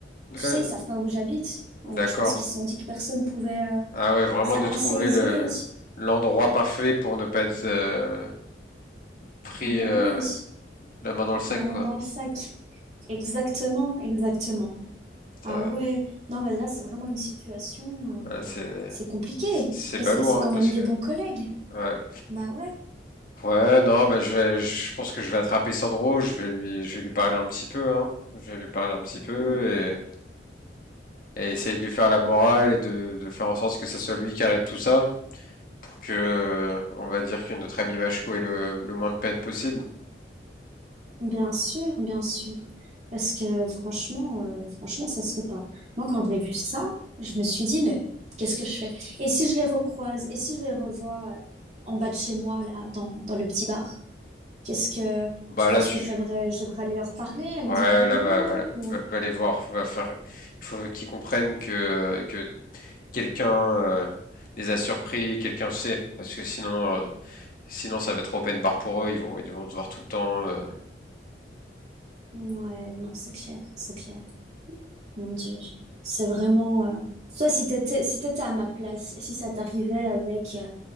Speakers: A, on the left (about 50°); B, on the right (about 40°).
A: Ouais,
B: tu sais, ils savent pas où j'habite.
A: d'accord.
B: Donc je pense qu'ils se sont dit que personne pouvait, euh,
A: Ah ouais, vraiment
B: ça
A: de trouver
B: assez isolé.
A: le l'endroit parfait pour ne pas être euh, pris
B: Mais
A: euh,
B: oui,
A: la main dans le sac,
B: la main
A: quoi.
B: dans le sac. Exactement, exactement. Ah
A: Ça,
B: ouais. Non, mais là, c'est vraiment une situation,
A: ouais,
B: euh,
A: c'est
B: c'est compliqué.
A: c'est
B: Et
A: balourd,
B: c'est c'est quand
A: hein,
B: même
A: parce
B: des
A: que
B: bons collègues.
A: ouais.
B: Bah ouais.
A: Ouais, non, bah je vais, je pense que je vais attraper Sandro, je vais lui, je vais lui parler un petit peu, hein. Je vais lui parler un petit peu
B: Mm.
A: et, et essayer de lui faire la morale et de, de faire en sorte que ce soit lui qui arrête tout ça. pour que, on va dire que notre ami Vachko ait le, le moins de peine possible.
B: Bien sûr, bien sûr. Parce que franchement, euh, franchement, ça se fait pas. Moi, quand j'ai vu ça, je me suis dit, mais qu'est-ce que je fais? Et si je les recroise? Et si je les revois euh, en bas de chez moi, là, dans, dans le petit bar? Qu'est-ce que
A: Bah
B: tu penses
A: là dessus
B: que je devrais, je devrais aller leur parler, aller
A: ouais
B: dire bonjour
A: là va, va,
B: ou...
A: va, va les voir, va faire. Il faut qu'ils comprennent que que quelqu'un euh, les a surpris, quelqu'un sait, parce que sinon euh, sinon ça va être open bar pour eux, ils vont ils vont se voir tout le temps. euh.
B: Ouais, non, c'est clair, c'est clair. Mon Dieu, c'est vraiment. euh, Toi, si t'étais, si t'étais à ma place, si ça t'arrivait avec, euh,